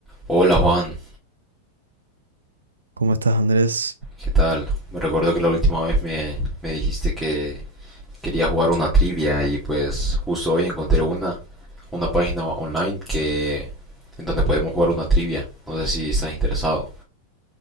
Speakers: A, in the centre; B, on the right (about 70°).
A: Hola Juan,
B: ¿Cómo estás, Andrés?
A: ¿qué tal? Me recuerdo que la última vez me, me dijiste que quería jugar una trivia y pues justo hoy encontré una, una página online que en donde podemos jugar una trivia. No sé si estás interesado.